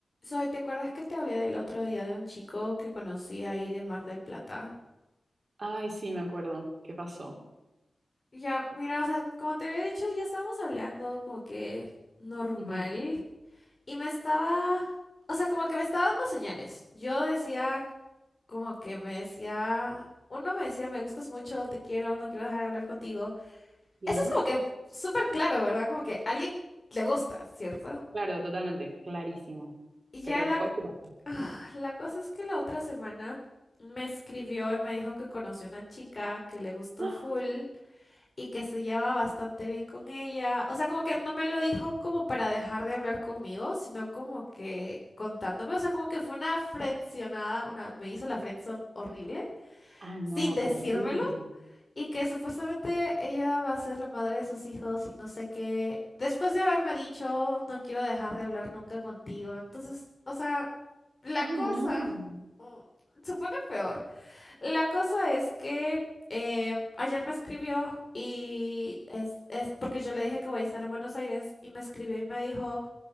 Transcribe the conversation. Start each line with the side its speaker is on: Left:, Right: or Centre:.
Left: Zoe, ¿te acuerdas que te hablé del otro día de un chico que conocí ahí de Mar del Plata?
Right: Ay, sí, me acuerdo. ¿Qué pasó?
Left: Ya, mira, o sea, como te había dicho, ya estábamos hablando como que normal
Right: Ujú,
Left: y me estaba, o sea, como que me estaba dando señales. Yo decía, como que me decía, uno me decía, me gustas mucho, te quiero, no quiero dejar de hablar contigo.
Right: Bien.
Left: Eso es como que súper claro, ¿verdad? Como que a alguien le gusta, ¿cierto?
Right: Claro, totalmente. Clarísimo.
Left: Y
Right: Pero
Left: ya la
Right: después, ¿qué pasó?
Left: Ah, La cosa es que la otra semana me escribió y me dijo que conoció una chica que le gustó
Right: ¡Ah!
Left: full y que se lleva bastante bien con ella. O sea, como que no me lo dijo como para dejar de hablar conmigo, sino como que contándome. O sea, como que fue una frencionada, una, me hizo la friendzone horrible
Right: Ah, no,
Left: sin decírmelo.
Right: terrible.
Left: Y que supuestamente ella va a ser la madre de sus hijos y no sé qué. Después de haberme dicho, no quiero dejar de hablar nunca contigo. Entonces, o sea, la
Right: Ah,
Left: cosa
Right: no.
Left: mm, se pone peor. La cosa es que eh, ayer me escribió y es, es porque yo le dije que voy a estar en Buenos Aires y me escribió y me dijo,